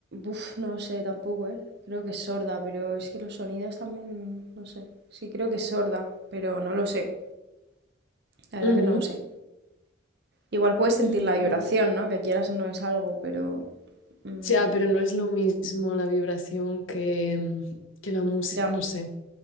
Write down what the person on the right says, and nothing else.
Uf, no sé tampoco, ¿eh? Creo que es sorda, pero es que los sonidos también, no sé. Sí, creo que es sorda, pero no lo sé. La verdad
que no lo sé. Igual puedes sentir
la vibración, ¿no? Que quieras o no es algo, pero... mm,
ya,